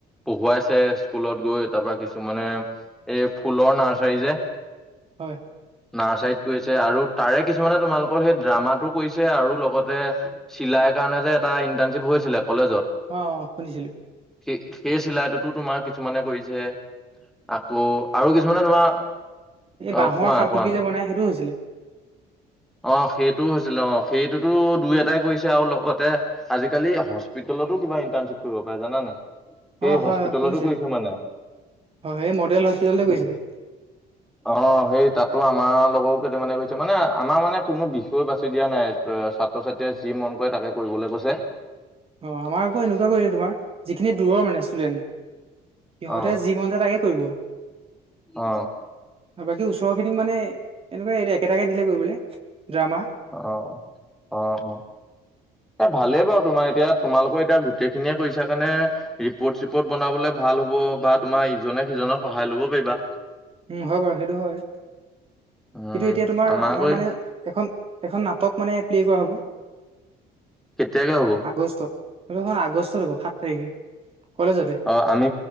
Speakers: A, in the centre; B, on the right (about 35°).
A: পঢ়োৱাইছে স্কুলত গৈ তাপা কিছুমানে এই ফুলৰ নাৰ্চাৰী যে
B: হয়,
A: নাৰ্চাৰীত কৰিছে আৰু তাৰে কিছুমানে তোমালোকৰ সেই ড্ৰামাটো কৰিছে আৰু লগতে চিলাই কাৰণে যে এটা ইণ্টাৰ্ণশ্বিপ হৈছিলে কলেজত
B: অ', শুনিছিলো
A: সেই সেই চিলাইটোতো তোমাৰ কিছুমানে কৰিছে। আকৌ আৰু কিছুমানে তোমাৰ
B: এই বাঁহৰ
A: অ', কোৱা
B: সামগ্ৰী
A: কোৱা?
B: যে বনাই সেইটোও হৈছিলে
A: অ', সেইটোও হৈছিলে অ', সেইটোতো দুই এটাই কৰিছে আৰু লগতে আজিকালি হস্পিতেলতো কিবা ইণ্টাৰ্ণশ্বিপ কৰিব পাৰে জানা নাই! সেই
B: অঁ', হয়,
A: হস্পিতেলতো
B: হয়, শুনিছিলোঁ
A: কৰিছে মানে
B: হয়, এই মডেল হস্পিটেলতে গৈছিলে
A: অ', সেই তাতো আমাৰ লগৰ কেইটামানে গৈছে মানে আমাৰ মানে কোনো বিষয় বাছি দিয়া নাই ছাত্ৰ ছাত্ৰীয়ে যি মন কৰে তাকে কৰিবলৈ কৈছে
B: অ', আমাৰ আকৌ এনেকুৱা কৰিলে তোমাৰ যিখিনি দূৰৰ মানে ষ্টুডেণ্ট সিহঁতে
A: অ
B: যি মন যায় তাকে কৰিব।
A: অ
B: বাকী ওচৰৰখিনিক মানে এনেকুৱা হেৰী একেটাকে দিলে কৰিবলৈ ড্ৰামা
A: অ', অ', অ', এ ভালেই বাৰু তোমাৰ এতিয়া তোমালোকৰ এতিয়া গোটেইখিনিয়ে কৰিছা কাৰণে ৰিপৰ্ট চিপৰ্ট বনাবলে ভাল হ'ব বা তোমাৰ ইজনে সিজক সহায় ল'ব পাৰিবা।
B: উম, হয়, বাৰু সেইটো হয়,
A: উম
B: কিন্তু এতিয়া তোমাৰ আমাৰ
A: আকৌ
B: মানে এখন এখন নাটক মানে প্লে কৰা হ'ব।
A: কেতিয়াকে হ'ব?
B: আগষ্টত সেইটো আগষ্টত হ'ব সাত তাৰিখে কলেজতে
A: অ', আম